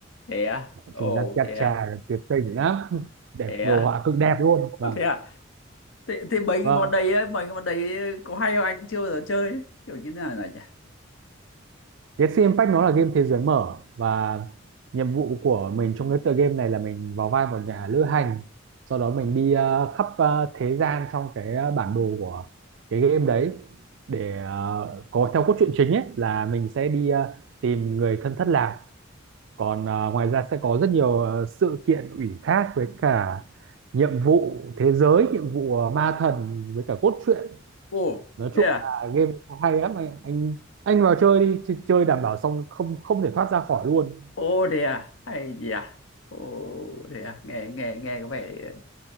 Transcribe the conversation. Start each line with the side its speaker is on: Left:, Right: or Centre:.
Left: thế à? Ồ,
Right: Chúng gacha
Left: thế à?
Right: tuyệt tình lắm, đẹp
Left: Thế
Right: đồ
Left: à?
Right: họa cực đẹp luôn.
Left: Ồ,
Right: Vâng.
Left: Thế à? Thế, thế mấy cái
Right: Vâng,
Left: món đấy ấy, mấy cái món đấy có hay không anh cũng chưa bao giờ chơi ấy. Kiểu như thế nào nhỉ?
Right: cái Genshin Impact nó là game thế giới mở và nhiệm vụ của mình trong cái tựa game này là mình vào vai một nhà lữ hành sau đó mình đi ờ, khắp ờ, thế gian trong cái ờ, bản đồ của cái game đấy để ờ, có theo cốt truyện chính ấy là mình sẽ đi ờ, tìm người thân thất lạc còn ờ, ngoài ra sẽ có rất nhiều ờ, sự kiện ủy thác với cả nhiệm vụ thế giới nhiệm vụ ờ, ma thần với cả cốt truyện
Left: Ồ,
Right: nói
Left: thế
Right: chung
Left: à?
Right: là game nó hay lắm anh anh anh vào chơi đi ch- chơi đảm bảo xong không không thể thoát ra khỏi luôn
Left: Ô thế à? Hay gì à? Ô thế à? Nghe nghe nghe có vẻ